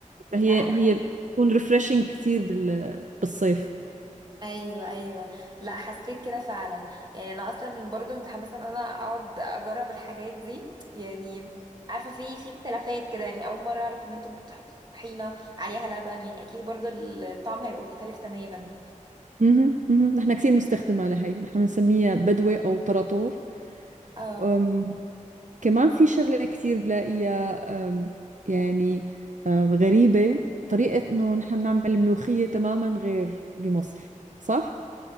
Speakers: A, on the right; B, on the right.
A: لا
B: فهي هي بتكون ريفرشنج كتير بال... بالصيف
A: ايوه ايوه لا حسيت كده فعلا يعني انا اصلا برضو متحمسه ان انا اقعد اجرب الحاجات دي يعني عارفه في في اختلافات كده يعني اول مره اعرف ان انتوا ممكن تحطوا طحينه عليها لبن يعني اكيد برضو الطعم هيبقى مختلف تماما
B: اها اها نحن كثير مستخدمة لهي نحن بنسميها بدوة أو طراطور
A: اه
B: أم، كمان في شغلة كثير بلاقيها أم، يعني أم، غريبة طريقة إنه نحن بنعمل ملوخية تماما غير بمصر صح؟